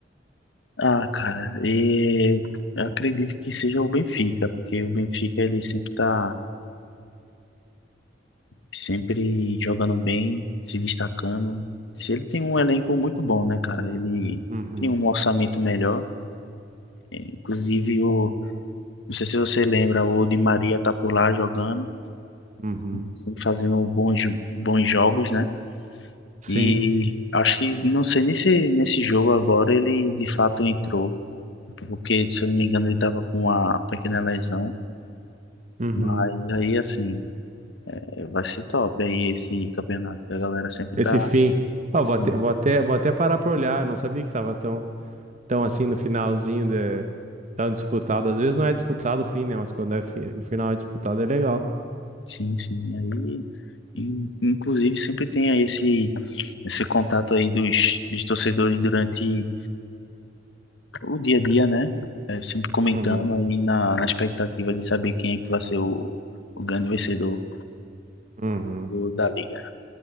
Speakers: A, on the left; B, on the right.
A: Ah, cara, e eu acredito que seja o Benfica, porque o Benfica ele sempre tá sempre jogando bem, se destacando. Ele tem um elenco muito bom, né, cara? Ele
B: Uhum,
A: tem um orçamento melhor. Inclusive, o, não sei se você lembra, o Di Maria tá por lá jogando,
B: uhum,
A: sempre fazendo bons, bons jogos, né?
B: sim,
A: E acho que, não sei nem se nesse jogo agora ele de fato entrou, porque se eu não me engano ele tava com uma pequena lesão.
B: uhum.
A: Mas aí, assim, é, vai ser top aí esse campeonato, que a galera sempre
B: Esse
A: tá.
B: fim. Ah,
A: Sim,
B: vou até, vou até, vou até parar pra olhar, eu não sabia que tava tão, tão assim no finalzinho, de, tão disputado. Às vezes não é disputado o fim, né? Mas quando é fi- o final é disputado é legal.
A: sim, sim. Aí, in- inclusive, sempre tem aí esse, esse contato aí dos, dos torcedores durante o dia a dia, né? É, sempre comentando
B: Uhum,
A: aí na, na expectativa de saber quem é que vai ser o, o grande vencedor
B: uhum.
A: do- da liga.